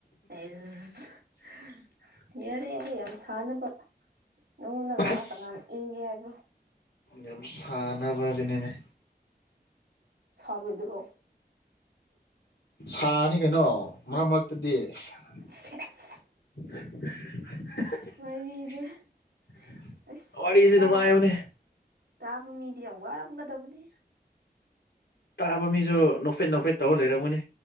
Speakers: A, on the right (about 85°); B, on the left (about 85°).
A: ꯑꯩꯔꯨꯝ ꯍ ꯍ ꯌꯥꯔꯦ ꯌꯥꯔꯦ ꯌꯥꯝ ꯁꯥ ꯁꯥꯅꯕ ꯅꯉꯣꯟꯗ ꯂꯥꯛꯑꯥ
B: ꯑꯁ
A: ꯀꯅꯥꯅ ꯏꯪꯒꯦ ꯍꯥꯏ꯭ꯕꯔꯣ
B: ꯌꯥꯝ ꯁꯥꯟꯅꯕꯖꯤꯅꯤꯅꯦ
A: ꯐꯕꯗꯨꯔꯣ ꯍꯨꯝ
B: ꯁꯥꯅꯤ ꯀꯩꯅꯣ ꯃꯔꯛ ꯃꯔꯛꯇꯗꯤ ꯁꯤ ꯍꯨꯝ
A: ꯁꯦꯁ
B: ꯍꯨꯝ <unintelligible>
A: ꯋꯥꯔꯤꯁꯦ ꯑꯁ
B: ꯋꯥꯔꯤꯁꯦ
A: ꯇꯥ
B: ꯅꯨꯡꯉꯥꯏꯕꯅꯦ
A: ꯇꯥꯕ ꯃꯤꯗꯤ ꯌꯥꯝ ꯋꯥꯔꯝꯒꯗꯕꯅꯦ
B: ꯇꯥꯕ ꯃꯤꯖꯨ ꯅꯣꯛꯐꯦꯠ ꯅꯣꯛꯐꯦꯠ ꯇꯧꯔ ꯂꯩꯔꯝꯒꯅꯤ